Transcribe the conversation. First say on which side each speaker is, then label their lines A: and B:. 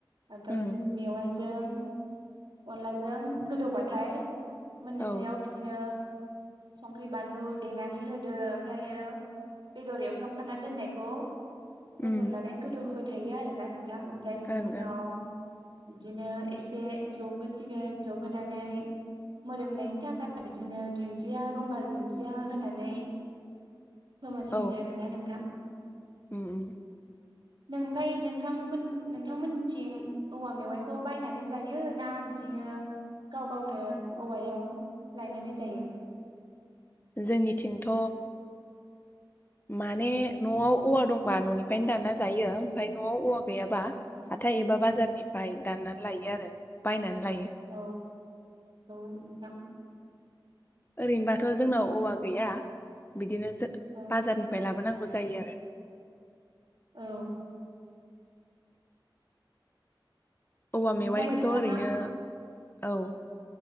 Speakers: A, on the right (about 70°); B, on the left (about 25°).
A: ओमफाय
B: ओं
A: मेवाइ दों अनलाजों गोदौबाथाय मोननोसैआव
B: औ
A: बिदि बिदिनो संख्रि बानलु देनानै होदो ओमफ्रायो बेदर एवफ्रामखाना दोननायखौ
B: उम
A: होस'ननानै गोदौ होबाय थायो आरोना नोंथां ओमफ्राय बिनि
B: ओं ओं
A: उनाव बिदिनो एसे जबहोसिगोन जबहोनानै मोदोमनायनि थाखाय बिदिनो दुन्दिया गंगार दुन्दिया दिया होनानै फोमोनसिगोन
B: औ
A: आरो ना नोंथां।
B: उम उम।
A: नों आमफाय नोंथांमोन नोंथांमोननिथिं औवा मेवाइखौ बायनानै जायो ना बिदिनो गाव गावनो औवायाव लायनानै जायो?
B: जोंनिथिंथ' माने न'आव औवा दंबा न'निफ्रायनो दाना जायो ओमफाय न'आव औवा गैयाबा
A: औ
B: हाथाय एबा बाजारनिफ्राय दाननानै लायो आरो बायनानै लायो।
A: औ औ नोंथां।
B: ओरैनोबाथ' जोंनाव औवा गैया बिदिनो जो
A: औ
B: बाजारनि फाय लाबोनांगौ जायो आरो।
A: औ।
B: औवा मेवाइखौथ'
A: ओमफ्राय नोंथाङा
B: ओरैनो औ